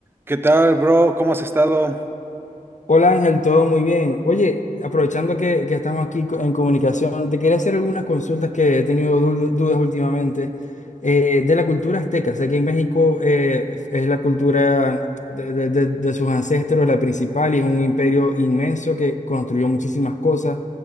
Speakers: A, on the right; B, on the left.
A: ¿Qué tal, bro? ¿Cómo has estado?
B: Hola Ángel, todo muy bien. Oye, aprovechando que, que estamos aquí co- en comunicación, te quería hacer algunas consultas que he tenido du- dudas últimamente eh, de la cultura azteca. Sé que en México eh, es la cultura de, de- de- de sus ancestros la principal y es un imperio inmenso que construyó muchísimas cosas.